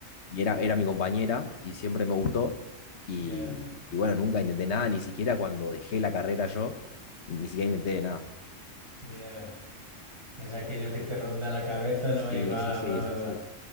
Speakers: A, on the left; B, on the right.
A: y era, era mi compañera y siempre me gustó. Y,
B: ya,
A: y bueno, nunca intenté nada, ni siquiera cuando dejé la carrera yo, ni siquiera intenté nada.
B: ya. Es aquello que te ronda la cabeza,
A: Sí,
B: ¿no? Y va,
A: sí, sí,
B: va,
A: sí,
B: va.
A: sí.